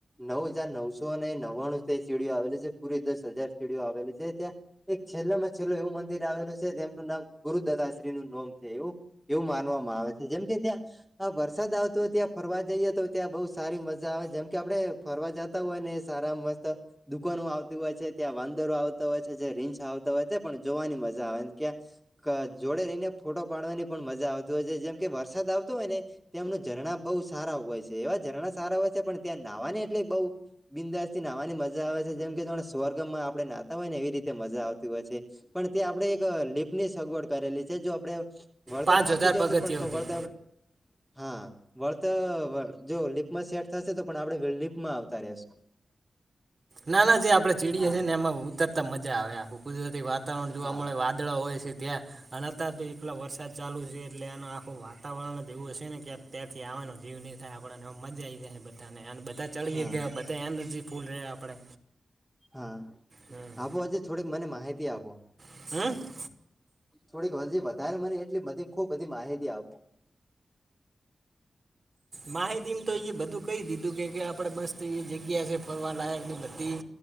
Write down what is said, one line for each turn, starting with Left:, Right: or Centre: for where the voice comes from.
Centre: નવ હજાર નવસોને નવ્વાણું સીડીઓ આવેલી છે પૂરી દસ હજાર સીડીઓ આવેલી છે ત્યાં એક છેલ્લા માં છેલ્લ એવું મંદિર આવેલું છે જેમનું નામ ગુરુદત્તાાશ્રી નું નોમ છે એવું એવું માનવામાં આવે છે જેમ કે ત્યાં વરસાદ આવતો ત્યાં ફરવા જઈએ તો ત્યાં બહુ સારી મજા આવે જેમ કે આપડે ફરવા જતા હોય ને એ સારા મસ્ત દુકાનો આવતી હોય છે ત્યાં વાંદરો આવતા હોય છે રીંછા આવતા હોય છે પણ જોવાની મજા આવે ક્યાં જોડે રહીને ફોટો પાડવાની પણ મજા આવતી હોય છે જેમ કે વરસાદ આવતો હોય ને તેમના ઝરણા બહુ સારા હોય છે એવા ઝરણા સારા હોય છે પણ ત્યાં નાહવા એટલે બહુ બિંદાસ થી નાહવાની મજા આવે છે જેમ કે સ્વર્ગમાં આપણે નાહતા હોય ને એવી રીતે મજા આવતી હોય છે. પણ તે આપડણે એક લીપની સગવડ કરેલી છે જો આપડણે વળત
Right: પાંચ
Centre: થાકી
Right: હજાર
Centre: જશુ
Right: પગથિયાઓથી
Centre: પણ તો વળત આપડ હા વળત જો લીપમાં સેટ થશે તો પણ આપડે લીપમાં આવતા રશું
Right: ના ના જે આપડે ચીડીએ
Centre: હા
Right: છે ને એમાં ઉતરતા મજા આવે આ કુદરતી વાત વાતાવરણ જોવા
Centre: હા
Right: મળે વાદળા હોય છે ત્યાં અને અતાર તો એકલા વરસાદ ચાલુ છે એટલે આનું આખું વાતાવરણ જ એવું હશે ને ક્યા ત્યારથી આવવાનો જીવ નહીં થાય આપણને મજા આવી જાય બધાને અને બધા જ ચડીએ
Centre: હા
Right: કે બધા એનજી ફૂલ રહે આપણે
Centre: હા
Right: હમ
Centre: આપો આજે થોડીક મને માહિતી આપો
Right: <unintelligible>
Centre: થોડીક હજી વધારે મને એટલે બધી ખુબ બધી માહિતી આપો.
Right: માહિતીમાં તો એ બધું કહી દીધું કે આપડે મસ્ત એ જગ્યા છે ફરવા લયકની બધી